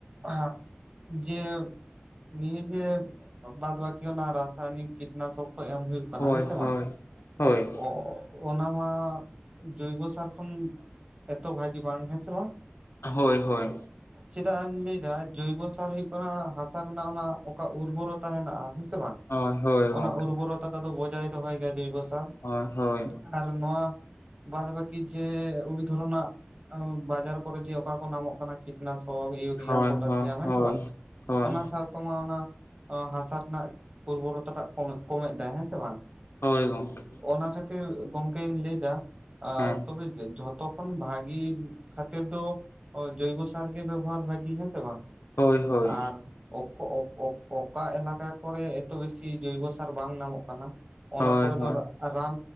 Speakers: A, on the right (about 30°); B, on the left (about 70°).
A: ᱟ ᱦᱟᱸᱜ ᱡᱮ ᱱᱤᱭᱟᱹ ᱡᱮ ᱵᱟᱫ ᱵᱟᱠᱤ ᱦᱚᱸ ᱱᱟ ᱨᱟᱥ ᱥᱟᱭᱚᱱᱤᱠ ᱠᱤᱴᱱᱟᱥᱚᱠ ᱠᱚ ᱮᱢ ᱦᱩᱭᱩᱜ ᱠᱟᱱᱟ
B: ᱦᱳᱭ
A: ᱦᱮᱸ
B: ᱦᱳᱭ
A: ᱥᱮ ᱵᱟᱝ?
B: ᱦᱳᱭ
A: ᱚ ᱚᱱᱟ ᱢᱟ ᱡᱳᱭᱵᱚ ᱥᱟᱨ ᱠᱷᱚᱱ ᱮᱛᱚ ᱵᱷᱟᱹᱜᱤ ᱵᱟᱝ ᱦᱮᱸ ᱥᱮ ᱵᱟᱝ
B: ᱦᱳᱭ ᱦᱳᱭ
A: ᱪᱮᱫᱟᱜ ᱤᱧ ᱞᱟᱹᱭ ᱫᱟ ᱡᱳᱭᱵ ᱥᱟᱨ ᱦᱩᱭᱩᱜ ᱠᱟᱱᱟ ᱦᱟᱥᱟ ᱨᱮᱱᱟᱜ ᱚᱱᱟ ᱚᱠᱟ ᱩᱨᱵᱚᱨᱚᱛᱟ ᱦᱮᱱᱟᱜ-ᱟ ᱦᱮᱸᱥᱮ ᱵᱟᱝ
B: ᱦᱚᱭ ᱦᱳᱭ ᱜᱚᱝᱠᱮ
A: ᱚᱱᱟ ᱩᱨᱵᱚᱨᱚᱛᱟ ᱴᱟ ᱫᱚ ᱵᱚᱡᱟᱭ ᱫᱚᱦᱚᱭ ᱜᱮᱭᱟ ᱡᱳᱭᱵᱚ ᱥᱟᱨ,
B: ᱦᱚᱭ ᱦᱳᱭ
A: ᱟᱨ ᱱᱚᱣᱟ ᱵᱟᱫ ᱵᱟᱹᱠᱤ ᱡᱮ ᱩᱲᱤ ᱫᱷᱚᱨᱚᱱᱟᱜ ᱵᱟᱡᱟᱨ ᱠᱚᱨᱮ ᱡᱮ ᱚᱠᱟ ᱠᱚ ᱱᱟᱢᱚᱜ ᱠᱟᱱᱟ ᱠᱤ ᱠᱤᱴᱱᱟᱥᱚᱠ ᱤᱭᱩᱨᱤᱭᱟ
B: ᱦᱳᱭ
A: ᱯᱚᱴᱟᱥᱤᱭᱟᱢ ᱦᱮᱸ
B: ᱦᱳᱭ ᱦᱳᱭ
A: ᱥᱮ ᱵᱟᱝ
B: ᱦᱳᱭ
A: ᱚᱱᱟ ᱥᱟᱨ ᱠᱟᱢᱟ ᱚᱱᱟ ᱦᱟᱥᱟ ᱨᱮᱱᱟᱜ ᱩᱨᱵᱚᱨᱚᱛᱟ ᱴᱟᱜ ᱠᱚᱢᱮᱫ ᱫᱟᱭ ᱦᱮᱸ ᱥᱮ ᱵᱟᱝ?
B: ᱦᱳᱭ ᱜᱚᱝᱠᱮ
A: ᱚᱱᱟ ᱠᱷᱟᱹᱛᱤᱨ ᱜᱚᱝᱠᱮᱧ ᱞᱟᱹᱭ ᱫᱟ
B: ᱦᱮᱸ
A: ᱛᱚᱵᱮ ᱡᱷᱚᱛᱚ ᱠᱷᱚᱱ ᱵᱷᱟᱹᱜᱤ ᱠᱷᱟᱹᱛᱤᱨ ᱫᱚ ᱡᱳᱭᱵᱳ ᱥᱟᱨ ᱜᱮ ᱵᱮᱵᱚᱦᱟᱨ ᱵᱷᱟᱜᱤ ᱦᱮᱸ ᱥᱮ ᱵᱟᱝ?
B: ᱦᱳᱭ ᱦᱳᱭ
A: ᱟᱨ ᱚᱠᱚ ᱚᱠ ᱚᱠ ᱚᱠ ᱚᱠᱟ ᱮᱞᱟᱠᱟ ᱠᱚᱨᱮ ᱮᱛᱚ ᱵᱮᱥᱤ ᱠᱤ ᱡᱳᱭᱵᱚ ᱥᱟᱨ ᱵᱟᱝ ᱧᱟᱢᱚᱜ ᱠᱟᱱᱟ ᱚᱱᱟ
B: ᱦᱳᱭ
A: ᱠᱚᱨᱮ
B: ᱦᱳᱭ
A: ᱫᱚ ᱨᱟᱱ